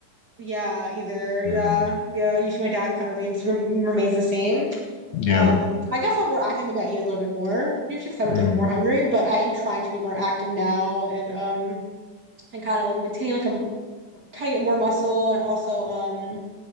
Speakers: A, on the right (about 35°); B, on the left (about 65°).
A: yeah, either,
B: Mm.
A: yeah, yeah. Usually my diet kind of remains rem remains the same.
B: Yeah.
A: Um, I guess I'm more active. Maybe I eat a little bit more usually because I'm a
B: Mm.
A: bit more hungry, but I am trying to be more active now and um and kind of like maintain like a kind of get more muscle and also um